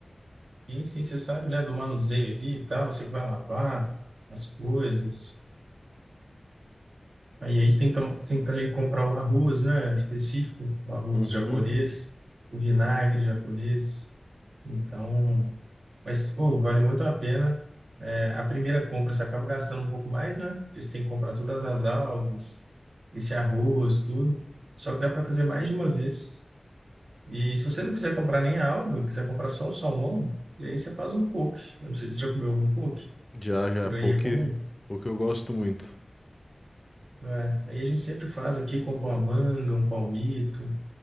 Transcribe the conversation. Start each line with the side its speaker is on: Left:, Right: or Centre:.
Right: sim, sim, você sabe, né, do manuseio ali e tal, você que vai lavar as coisas. Aí, aí você tem, que tam- tem que também comprar o arroz, né, específico, o arroz
Left: Uhum.
Right: japonês, o vinagre japonês. Então, mas, pô, vale muito a pena. É, a primeira compra você acaba gastando um pouco mais, né, porque você tem que comprar todas as algas, esse arroz, tudo. Só que dá para fazer mais de uma vez. E se você não quiser comprar nem a alga, quiser comprar só o salmão, e aí você faz um poke. Eu não sei se você já comeu algum poke,
Left: Já, já,
Right: por
Left: poke,
Right: aí é comum.
Left: poke eu gosto muito.
Right: É, aí a gente sempre faz aqui, compra uma manga, um palmito,